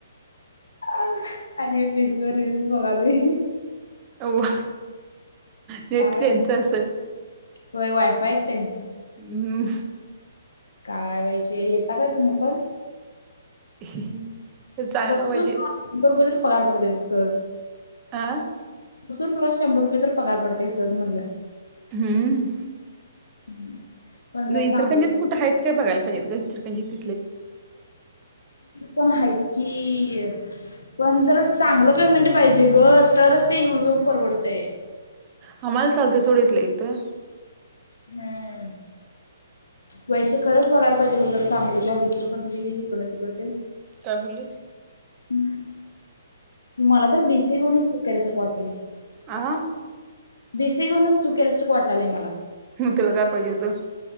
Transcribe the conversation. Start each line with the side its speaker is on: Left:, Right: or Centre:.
Left: <inaudible> आणि <unintelligible> टीर् बघालोय.
Right: वा नेट
Left: काय
Right: त्याचं असेल.
Left: होय वायफाय हाय त्यांचं
Right: हम्
Left: काय वैशे ए टाकाय तुम्ही पण?
Right: <unintelligible> चांगलं
Left: बस
Right: पाहिजे
Left: <inaudible> रुपये तर पगार पडतंय फिक्सं.
Right: आ
Left: सोनू तुला शंभर रुपये तर पगार पडतंय सहज म्हणलं
Right: हम्म
Left: <inaudible> जर
Right: इचलकरंजित
Left: चांगलं
Right: कुठं आहेत का बघायला पाहिजे गं इचलकंरजीत
Left: पण आहेत कि अ पण जर चांगलं पेमेंट पाहिजे ग तरच ते येऊन जाऊन परवडतंय.
Right: हा मला चालतंय सोड इथल्या इथं.
Left: हम्म वैशे खरंच बघायला पाहिजे ग जरा चांगलं जॉब इचलकरंजी हिकडं तिकडं ते.
Right: काय बोलस
Left: हम्म मला तर बीसी करनच चू कराय सर कटले
Right: आ
Left: बीसी घेऊनच तू केल्यासारखं वाटालय मला
Right: मग त्याुला काय पाहिजे होतं